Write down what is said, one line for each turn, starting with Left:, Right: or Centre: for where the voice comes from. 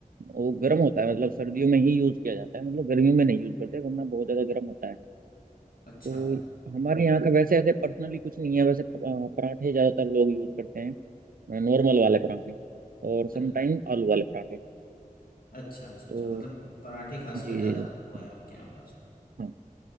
Right: वो गर्म होता है मतलब सर्दियों में ही यूज किया जाता है मतलब गर्मियों में नहीं यूज करते वरना बहुत ज्यादा गर्म होता है
Left: अच्छा
Right: तो हमारे यहाँ का वैसे ऐसे पर्सनली कुछ नहीं है वैसे प- अ, पराठे ज्यादातर लोग यूज करते हैं नॉर्मल वाले पराठे और समटाइम
Left: अ-
Right: आलू वाले पराठे
Left: अच्छा अच्छा
Right: तो
Left: अच्छा मतलब पराठे खासकर
Right: जी जी
Left: ज्यादा
Right: जी।
Left: वो है आपके यहाँ पर
Right: हाँ